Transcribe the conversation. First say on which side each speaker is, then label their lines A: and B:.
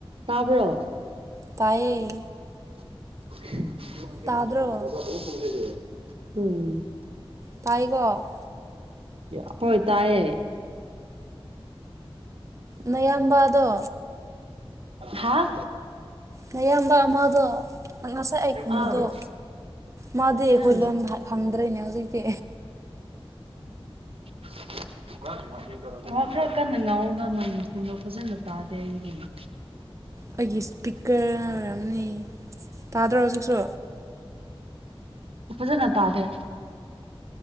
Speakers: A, on the right; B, on the right.
A: ꯇꯥꯕ꯭ꯔꯣ
B: ꯇꯥꯏꯌꯦ
A: <unintelligible>
B: ꯇꯥꯗ꯭ꯔꯣ
A: ꯎꯝ
B: ꯇꯥꯏꯒꯣ
A: ꯌꯥ ꯍꯣꯏ ꯇꯥꯏꯌꯦ
B: ꯅꯌꯥꯝꯕꯗꯣ
A: ꯍꯥꯥ
B: ꯃꯌꯥꯝꯕ ꯑꯃꯗꯣ ꯉꯁꯥꯏ ꯑꯩ ꯈꯨꯝꯕꯗꯣ
A: ꯑꯥ
B: ꯃꯥꯗꯤ ꯑꯩꯈꯣꯏ
A: ꯎꯝ
B: ꯂꯣꯟ ꯈꯪꯗ꯭ꯔꯦꯅꯦ ꯍꯧꯖꯤꯛꯇꯤ
A: <unintelligible> ꯋꯥ ꯈꯔ ꯀꯟꯅ ꯉꯥꯡꯉꯣꯗ ꯅꯪꯗꯣ ꯐꯖꯅ ꯇꯥꯗꯦ ꯑꯩꯗꯤ <unintelligible>
B: ꯑꯩꯒꯤ ꯏꯁꯄꯤꯀꯔꯅ ꯑꯣꯏꯔꯝꯅꯤ ꯇꯥꯗ꯭ꯔꯣ ꯍꯧꯖꯤꯛꯁꯨ
A: ꯐꯖꯅ ꯇꯥꯗꯦ